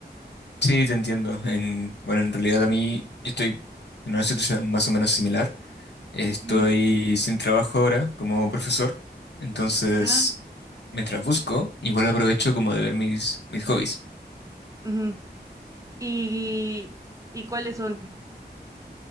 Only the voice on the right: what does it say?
Mm,
ah,
ujú. ¿Y, y cuáles son?